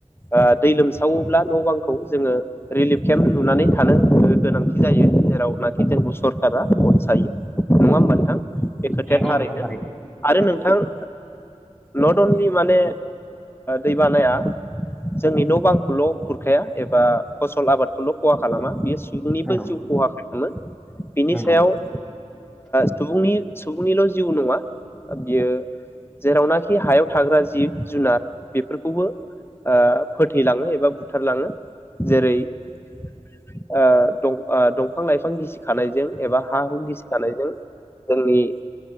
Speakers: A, on the left (about 20°); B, in the centre.
A: ओ दै लोमसावोब्ला न बांखौ जोङो रिलिफ केम्प नुनानै थानो गोनांथि जायो जेरावनाखि जोंखौ सरकारा अदसायो । नङा होमबा नोंथां? बे खोथाया
B: नंगौ
A: थारैनो
B: नोंथां
A: आरो नोंथां ओ नट अनलि माने दैबानाया जोंनि न बांखौल खुरखाया एबा फसल आबादखौल खहा खालामा बियो सु बोनिबो
B: नंगौ
A: जिउ खहा मोन बिनि
B: नंगौ
A: सायाव ओ सुबुंनि सुबुंनिल जिउ नङा बियो जेरावनाखि हायाव थाग्रा जिब जुनार बेफोरखौबो ओ फोथैलाङो एबा बुथारलाङो जेरै ओ दंफां लाइफां गिसि खानाय जों एबा हा हु गिसिखानायजों जोंनि